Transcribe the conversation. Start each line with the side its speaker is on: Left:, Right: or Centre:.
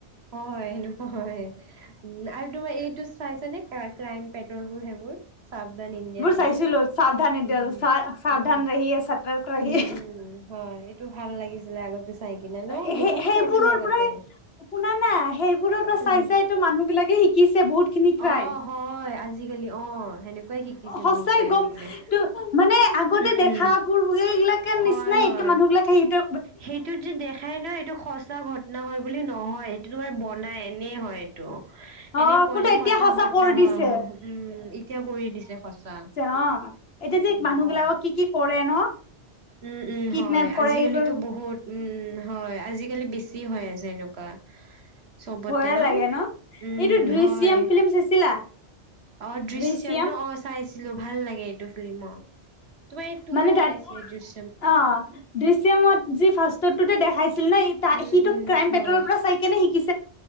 Right: হয় সেনেকুৱা হয়। উম আৰু তোমাৰ এইটো চাইছ নে ক্ৰাইম পেট্ৰল বোৰ, সেইবোৰ চাবধান ইণ্ডিয়া সেইবোৰ।
Left: চাইছিলো সাৱধান এতিয়া
Right: উম,
Left: সাৱধান
Right: উম,
Left: ৰহিয়ে সতৰ্ক ৰহিয়ে
Right: উম, উম। হয়। এইটো ভাল লাগিছিলে আগতে। চাই কিনে ন'
Left: সেই
Right: বহুত
Left: সেইবোৰৰ
Right: চাইছিলোঁ আগতে।
Left: পৰাই শুনা না সেইবোৰৰ পৰা চাই
Right: উম,
Left: চাই তো মানুহ বিলাকে শিকিছে বহুত খিনি ক্ৰাইম।
Right: অ', হয় আজিকালি অ' সেনেকুৱাই শিকিছে
Left: সচাই
Right: বহুতে
Left: গ'ম
Right: আজিকালি।
Left: মানে আগতে
Right: উম,
Left: দেখাবোৰ ব সবিলাকে নিচিনাই
Right: হয় হয়।
Left: এতিয়া মানুহ বিলাক সেহতে
Right: সেইটোত যে দেখাই ন এইটো সচা ঘটনা হয়। বুলি নহয় সেইটো তোমাৰ বনাই এনেই হয়।
Left: অ'
Right: এনে কয়
Left: কিন্তু
Right: যে
Left: এতিয়া
Right: সঁচা ঘটনা
Left: কৰি
Right: হয়
Left: দিছে।
Right: উম এতিয়া কৰি দিছে সঁচা।
Left: অ' এতিয়া
Right: উম
Left: যে মানুহ
Right: হয়
Left: বিলাকক কি কি কৰে ন?
Right: উম, উম,
Left: কিডনেপ
Right: হয়
Left: কৰে
Right: আজিকালিতো
Left: এইবোৰ
Right: বহুত উম উম হয় আজিকালি বেছি হৈ আছে এনেকুৱা। চবতে
Left: ভয়ে
Right: ন?
Left: লাগে
Right: উম,
Left: এইটো দৃশ্যাম
Right: হয়।
Left: ফিল্ম চাইছিলা
Right: অ', দৃশ্যম
Left: দৃশ্যাম
Right: ন! অ' চাইছিলোঁ, ভাল লাগে এইটো ফিল্ম‌ অ'। টোও
Left: মানে তাত
Right: ওলাইছিলে দৃশ
Left: অ', দৃশ্যমত যি ফাষ্টৰটোতে দেখাইছিল ন!
Right: উম
Left: সিটো
Right: উম
Left: ক্ৰাইম
Right: হয়।
Left: পেট্ৰলৰ পৰা চাই কেনে শিক